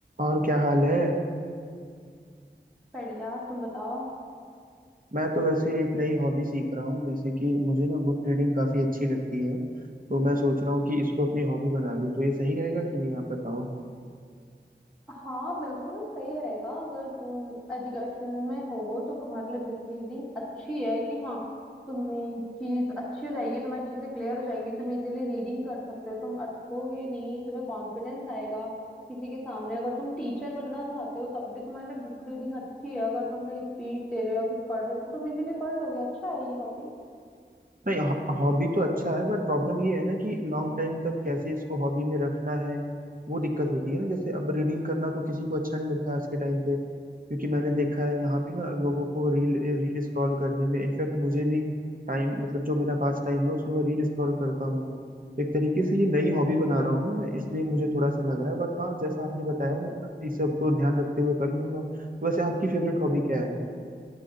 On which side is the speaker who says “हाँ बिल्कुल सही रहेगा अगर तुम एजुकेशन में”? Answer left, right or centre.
Centre